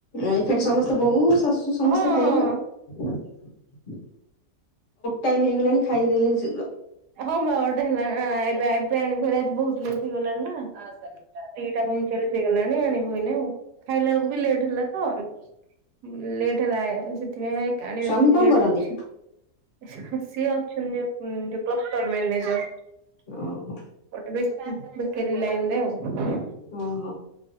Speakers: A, on the left (about 50°); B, on the right (about 80°).
A: ଏକାଠି ସମସ୍ତେ ବୋଉ ଶାଶୁ ସମସ୍ତେ
B: ହଁ
A: ଖାଇବେ
B: ହଁ
A: ଆଉ। ବେଟାଇମ୍ ହେଇଗଲାଣି ଖାଇଦେଲିଣି ଶୀଘ୍ର।
B: ହଁ ବା ଗୋଟେ ହେଲା ଏବେ ଆଇପ୍ ପେନ୍ ଭେରାଇଟ୍ ବହୁତ୍ ନେଇକି ଗଲାଣି ନା ଦିଇଟା ପଇଁଚାଳିଶ ହେଇଗଲାଣି ଆଣିିବୁ ଏଇନେ ଆଉ। ଖାଇଲା ବେଳକୁ ବି ଲେଟ୍ ହେଲା ତ <inaudible> ଲେଟ୍ ହେଲା। ସେଥିପାଇଁ ବି କାଣିବାକୁ
A: ସ୍ଵାମୀ
B: ବି
A: କଣ
B: ଲେଟ୍
A: କରନ୍ତି
B: ହଉଚି <inaudible> ସିଏ ଅଛନ୍ତି ଏ ପର୍ଯ୍ୟନ୍ତ। ପ୍ଲୋଷ୍ଟର ମେନେଜର <inaudible>
A: ଓହୋ
B: ଗୋଟେ ପିସ୍ ବିକାରି ଲାଇନରେ ଆଉ।
A: ଓ ହୋ।